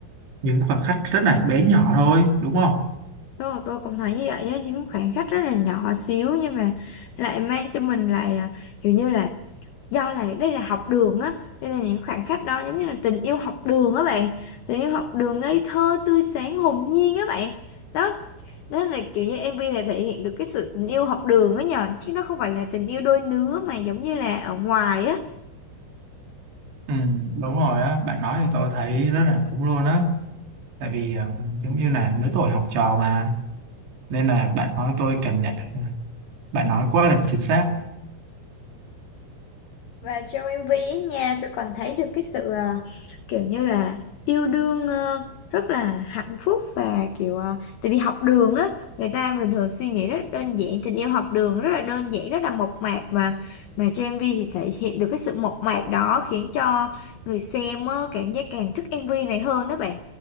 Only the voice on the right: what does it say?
những khoảnh khắc rất là bé nhỏ thôi đúng không
Ừ, đúng rồi á, bạn nói thì tôi thấy rất là đúng luôn á. Tại vì ờ, giống như là lứa tuổi học trò mà, nên là bạn nói tôi cảm nhận được, bạn nói quá là chính xác.